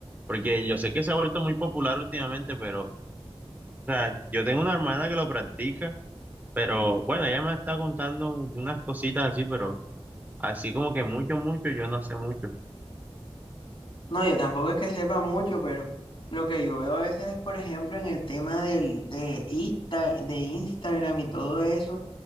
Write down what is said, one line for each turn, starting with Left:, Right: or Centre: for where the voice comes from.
Right: porque yo sé que se ha vuelto muy popular últimamente, pero, o sea, yo tengo una hermana que lo practica, pero bueno, ella me está contando unas cositas así, pero así como que mucho, mucho, yo no sé mucho.
Left: No, yo tampoco es que sepa mucho, pero lo que yo veo a veces, por ejemplo, en el tema del, de, Insta- de Instagram y todo eso,